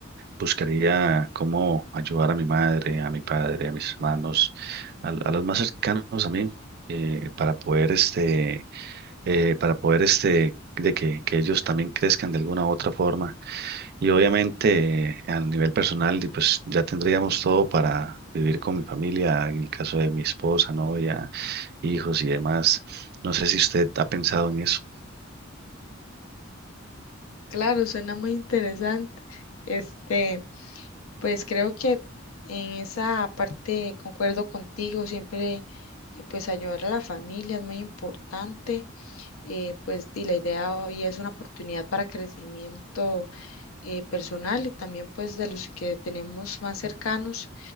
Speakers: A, on the right; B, on the left.
A: buscaría cómo ayudar a mi madre, a mi padre, a mis hermanos, a, a los más cercanos a mí, eh, para poder este, eh, para poder este, de que, que ellos también crezcan de alguna u otra forma. Y obviamente, eh, a nivel personal, di, pues ya tendríamos todo para vivir con mi familia, en el caso de mi esposa, novia, hijos y demás. No sé si usted ha pensado en eso.
B: Claro, suena muy interesante. Este, pues creo que en esa parte concuerdo contigo, siempre eh, pues ayudar a la familia es muy importante. eh, pues di la idea y es una oportunidad para crecimiento eh, personal y también pues de los que tenemos más cercanos,